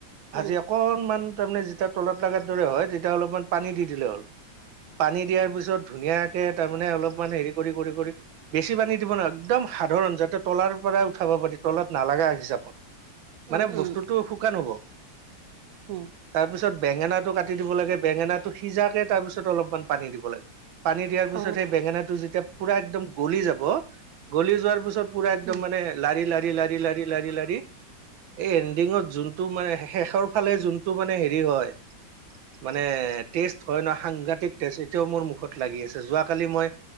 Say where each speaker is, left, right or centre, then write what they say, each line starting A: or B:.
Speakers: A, on the right; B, on the right.
A: ভাজি
B: উম
A: অক অকনমান তাৰমানে যেতিয়া তলত লাগাৰ দৰে হয়, তেতিয়া অলপমান পানী দি দিলে হ'ল। পানী দিয়াৰ পিছত, ধুনীয়াকে তাৰমানে অলপমান হেৰি কৰি, কৰি, কৰি বেছি পানী দিব না একদম সাধাৰণ যাতে তলাৰ পৰাই উঠাব পাৰি, তলত নালাগা হিচাপত। মানে
B: উম
A: বস্তুটো
B: উম
A: শুকান হ'ব।
B: উম।
A: তাৰপিছত বেঙেনাটো কাটি দিব লাগে, বেঙেনাটো সিজাকে তাৰপিছত অলপমান পানী দিব লাগে। পানী দিয়াৰ পিছত,
B: অ
A: সেই বেঙেনাটো যেতিয়া পুৰা একদম গলি যাব গলি যোৱাৰ পিছত পুৰা একদম
B: উম
A: মানে লাৰি লাৰি লাৰি লাৰি লাৰি লাৰি এই, এণ্ডিঙত যোনটো মানে, শেষৰ ফালে যোনটো মানে হেৰি হয় মানে, টেষ্ট হয় ন, সাংঘাতিক টেষ্ট এতিয়াও মোৰ মুখত লাগি আছে যোৱা কালি মই